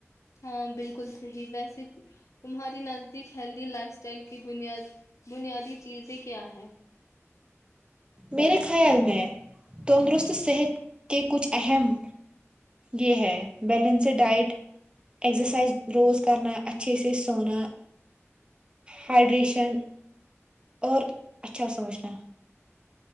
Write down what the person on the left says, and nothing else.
ہاں بالکل صحی ویسے تمہاری نزدیک ہیلدی لائف اسٹائل کی بنیاد بنیادی چیزیں کیا ہیں